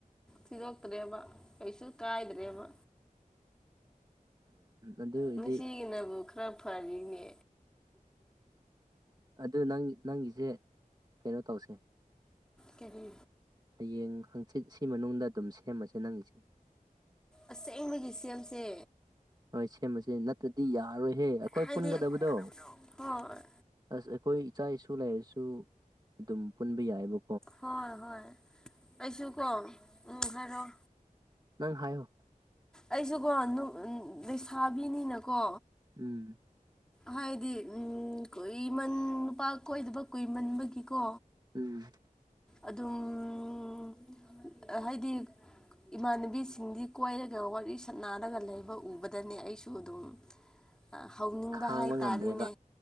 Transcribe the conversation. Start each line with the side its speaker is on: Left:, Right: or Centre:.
Centre: ꯊꯤꯗꯣꯛꯇ꯭ꯔꯦꯕ ꯀꯩꯁꯨ ꯀꯥꯏꯗ꯭ꯔꯦꯕ
Right: ꯑꯗꯨꯒꯤꯗꯤ
Centre: ꯉꯁꯤꯒꯤꯅꯕꯨ ꯈꯔ ꯐꯔꯤꯅꯦ
Right: ꯑꯗꯨ ꯅꯪ ꯅꯪꯒꯤꯁꯦ ꯀꯩꯅꯣ ꯇꯧꯁꯦ
Centre: ꯀꯔꯤ
Right: ꯍꯌꯦꯡ ꯍꯪꯆꯤꯠ ꯁꯤ ꯃꯅꯨꯡꯗ ꯑꯗꯨꯝ ꯁꯦꯝꯃꯁꯦ ꯅꯪꯒꯤꯁꯦ
Centre: ꯑꯁꯦꯡꯕꯒꯤ ꯁꯦꯝꯁꯦ
Right: ꯍꯣꯏ ꯁꯦꯝꯃꯁꯦ ꯅꯠꯇ꯭ꯔꯗꯤ ꯌꯥꯔꯣꯏꯍꯦ ꯑꯩꯈꯣꯏ
Centre: ꯍꯥꯏꯗꯤ
Right: ꯄꯨꯟꯒꯗꯕꯗꯣ
Centre: ꯍꯣꯏ
Right: ꯑꯁ ꯑꯩꯈꯣꯏ ꯏꯆꯥ ꯏꯁꯨ ꯂꯩꯥꯏꯔꯤꯁꯨ ꯑꯗꯨꯝ ꯄꯨꯟꯕ ꯌꯥꯏꯑꯕꯣ
Centre: ꯍꯣꯏ ꯍꯣꯏ ꯑꯩꯁꯨ ꯀꯣ ꯎꯝ ꯍꯥꯏꯔꯛꯑꯣ
Right: ꯅꯪ ꯍꯥꯏꯌꯣ
Centre: ꯑꯩꯁꯨꯀꯣ ꯂꯩꯁꯥꯕꯤꯅꯤꯅꯀꯣ
Right: ꯎꯝ
Centre: ꯍꯥꯏꯗꯤ ꯎꯝ ꯀꯨꯏꯃꯟ ꯅꯨꯄꯥ ꯀꯣꯏꯗꯕ ꯀꯨꯏꯃꯟꯕꯒꯤꯀꯣ
Right: ꯎꯝ
Centre: ꯑꯗꯨꯝ ꯍꯥꯏꯗꯤ ꯏꯃꯥꯟꯅꯕꯤꯁꯤꯡꯗꯤ ꯀꯣꯏꯔꯒ ꯋꯥꯔꯤ ꯁꯅꯔꯒ ꯂꯩꯕ ꯎꯕꯗꯅꯦ ꯑꯩꯁꯨ ꯑꯗꯨꯝ <unintelligible> ꯍꯧꯅꯤꯡꯕ
Right: ꯈꯥꯡꯕ
Centre: ꯍꯥꯏꯇꯥꯔꯦꯅꯦ
Right: ꯉꯝꯗ꯭ꯔꯦꯕ